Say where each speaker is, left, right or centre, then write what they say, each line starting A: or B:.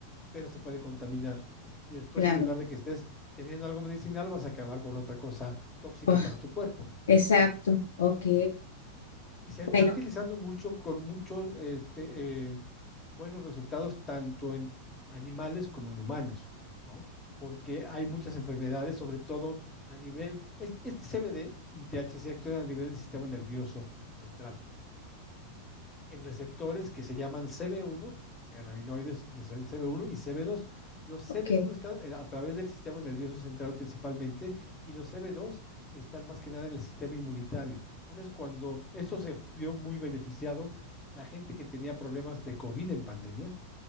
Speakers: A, on the left; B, on the left.
A: pero se puede contaminar. Y después
B: claro.
A: en lugar de que estés teniendo algo medicinal vas a acabar con otra cosa tóxica
B: Ah,
A: para tu cuerpo
B: exacto. Ok.
A: y se está
B: Bueno,
A: utilizando mucho con muchos este, eh, buenos resultados tanto en animales como en humanos, ¿no? Porque hay muchas enfermedades, sobre todo a nivel, este, este CBD y THC actúan a nivel del sistema nervioso central en receptores que se llaman CB1, cannabinoides de CB1 y CB2. Los CB1
B: ok.
A: están a través del sistema nervioso central principalmente y los CB2 están más que nada en el sistema inmunitario. Entonces, cuando eso se vio muy beneficiado, la gente que tenía problemas de COVID en pandemia,